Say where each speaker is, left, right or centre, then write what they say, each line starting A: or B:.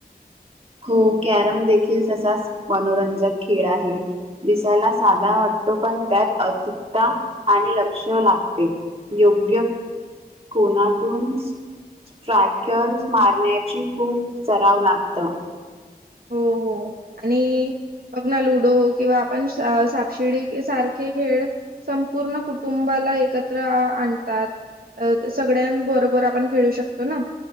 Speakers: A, on the right (about 35°); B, on the right (about 65°).
A: हो कॅरम देखील तसाच मनोरंजक खेळ आहे. दिसायला साधा वाटतो पण त्यात अचुकता आणि लक्ष लागते. योग्य. कोनातून स्ट्रॅकेर मारण्याची खूप सराव लागतं.
B: हो हो आणि बघ ना लुडो किंवा आपण सापशिडी सारखे खेळ संपूर्ण कुटुंबाला एकत्र आणतात. अ सगळ्यां बरोबर आपण खेळू शकतो ना.